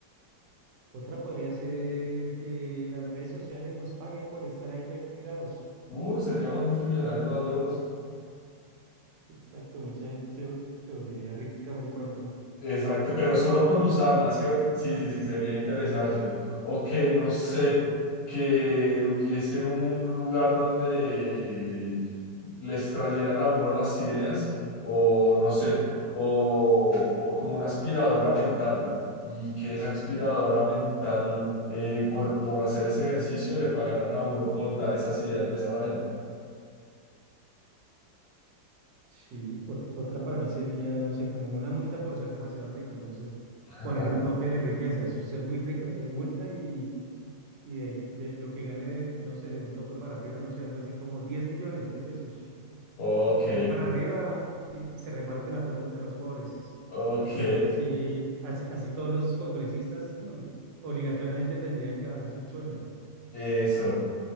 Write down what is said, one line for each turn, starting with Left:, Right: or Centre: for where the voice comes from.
Right: Otra podría ser que las redes sociales nos paguen por estar ahí pe- pegados.
Left: Uh, seríamos multimillonarios más de unos.
Right: Exacto, mucha gente se, vu- se volvería rica muy pronto.
Left: Exacto, pero solo por usarlas, creo que sí, sí, sí, sería interesante. O que, no sé, que hubiese un lugar donde les trayeran a uno las ideas, o no sé, o, o como una aspiradora mental, y que esa aspiradora mental, eh, por, por hacer ese ejercicio, le pagaran a uno por dar esas ideas de esa manera.
Right: Sí, ot- otra para mí sería, no sé, como una multa por ser demasiado rico. Entonces,
Left: <laughs>
Right: poner un tope de riqueza. Si usted es muy rico, entonces multa y, y de, ahí- de lo que gane, de, no sé, de un tope para arriba, no sé, algo así como 10 millones de pesos.
Left: Ok,
Right: De ahí para arriba eh, se reparte la plata entre los pobres.
Left: ok,
Right: Entonces, por ejemplo, así, así, así todos los congresistas tun, obligatoriamente tendrían que bajarse el sueldo.
Left: eso,